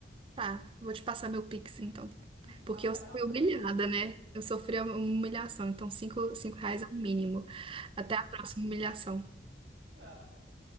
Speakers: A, on the right; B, on the right.
A: Tá, vou te passar meu Pix, então.
B: <laughs>
A: Porque
B: Até
A: eu fui
B: a próxima.
A: humilhada, né? Eu sofri uma humilhação, então cinco, cinco reais é o mínimo. Até a próxima humilhação.
B: Tchau.